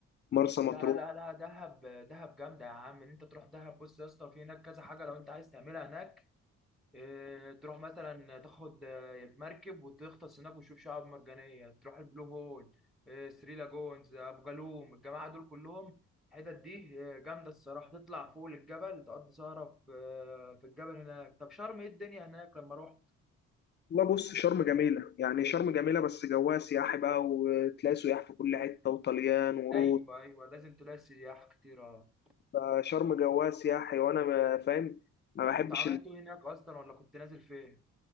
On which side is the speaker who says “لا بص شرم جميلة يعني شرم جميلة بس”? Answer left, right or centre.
Left